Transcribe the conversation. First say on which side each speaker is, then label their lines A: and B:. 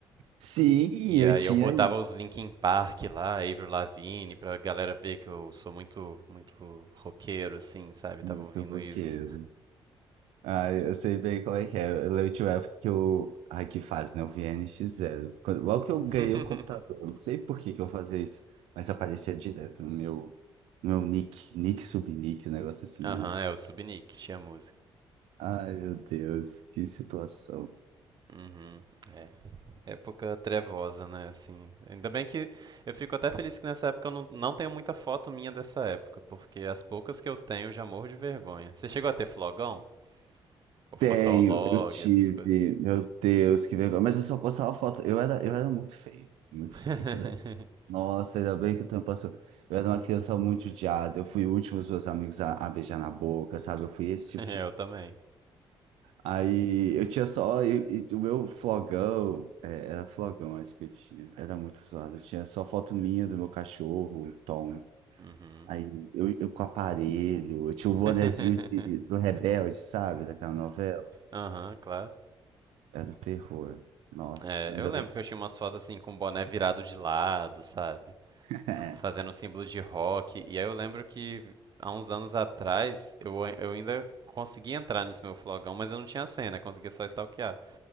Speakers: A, on the right; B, on the right.
A: Sim,
B: E
A: eu
B: aí
A: tinha
B: eu botava
A: isso.
B: os Linkin Park lá, Avril Lavigne, pra galera ver que eu sou muito, muito roqueiro, assim, sabe?
A: Muito
B: Tava ouvindo
A: roqueiro.
B: isso.
A: Ah, eu sei bem como é que é. Eu lembro de uma época que eu. Ai, que fase, né? Eu vi NX Zero. Quando- Logo que eu ganhei
B: <laughs>
A: o computador, eu não sei por que que eu fazia isso, mas aparecia direto no meu, no meu nick, nick subnick, um negócio assim,
B: Aham,
A: né?
B: é o Subnick, tinha música.
A: Ai, meu Deus, que situação.
B: Uhum. Época trevosa, né? Assim, ainda bem que eu fico até feliz que nessa época eu não, não tenho muita foto minha dessa época, porque as poucas que eu tenho eu já morro de vergonha. Você chegou a ter flogão? Ou fotolog,
A: Tenho, eu tive,
B: essas coisas?
A: meu Deus, que vergonha. Mas eu só postava foto. Eu era, eu era muito feio, muito
B: <laughs>
A: feio, né? Nossa, ainda bem que o tempo passou. Eu era uma criança muito odiada. Eu fui o último dos meus amigos a, a beijar na boca, sabe? Eu fui esse tipo de.
B: Eu também.
A: Aí eu tinha só. E, e o meu flogão, é, era flogão, acho que eu tinha. Era muito zoado. Eu tinha só foto minha do meu cachorro, o Tom.
B: Uhum.
A: Aí eu, eu com aparelho, eu tinha
B: <laughs>
A: o bonezinho de- do Rebelde, sabe? Daquela novela.
B: Aham, claro.
A: É do terror. Nossa,
B: É,
A: ainda
B: eu lembro
A: bem.
B: que eu tinha umas fotos assim com o boné virado de lado, sabe?
A: <laughs>
B: f- fazendo o símbolo de rock. E aí eu lembro que há uns anos atrás eu, ai- eu ainda consegui entrar nesse meu flogão, mas eu não tinha senha, conseguia só stalkear.